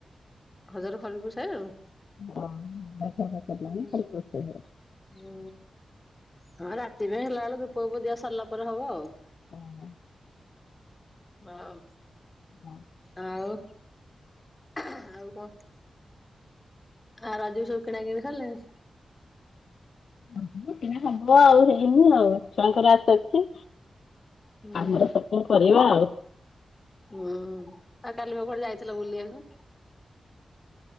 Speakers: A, on the left; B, on the left.
A: ଘ ଦୁଆର ଖରିକି ପୁରି ସାଇଲୁଣୁ।
B: ହଁ ଘର କାମ ସରିଲାଣି
A: ହୁଁ
B: ଖାଲି ରୋଷେଇ ହବ।
A: ହୁଁ ହଁ ରାତି ପାଇଁ ହେଲାଳୁ ଧୂପ ପୁପ ଦିଆସରିଲା ପରେ ହବ ଆଉ।
B: <inaudible>
A: ଆଉ।
B: ହଁ।
A: ଆଉ ଆଉ କଣ? ଆଉ ରଜକୁ ସବୁ କିଣାକିିଣି ସରିଲାଣି।
B: <inaudible> କିଣା ହବ ଆଉ ହେଇନି ଆଉ ଛୁଆଙ୍କର ଆସି ଅଛି।
A: ହୁଁ
B: ଆମର ସପ କରିବା ଆଉ।
A: ହୁଁ, ଆଉ କାଲି ପା କୁଆଡେ ଯାଇଥିଲ ବୁଲିଆକୁ।